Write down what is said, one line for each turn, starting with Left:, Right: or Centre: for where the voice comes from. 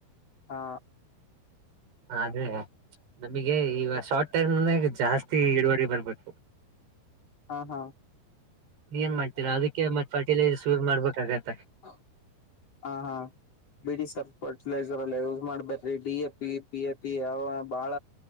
Left: ಹಾ
Right: ಆದ್ರೆ ನಮಗೆ ಈಗ ಶಾರ್ಟ್ ಟೈಮ್ನ ಜಾಸ್ತಿ ಇಳುವರಿ ಬರ್ಬೇಕ.
Left: ಹಾ ಹಾ
Right: ಏನ್ ಮಾಡ್ತೀರಾ ಅದಕ್ಕೆ ಮತ್ ಫರ್ಟಿಲೈಸರ್ಸ್ ಯೂಸ್ ಮಾಡ್ಬೇಕಾಗತ್ತೆ
Left: <unintelligible> ಹಾ ಹಾ ಬಿಡಿ ಸರ್ ಫರ್ಟಿಲೈಸರ್ ಎಲ್ಲ ಯೂಸ್ ಮಾಡ್ಬೇಡ್ರಿ D A P P A P ಅವ ಎಲ್ಲಾ ಬಾಳ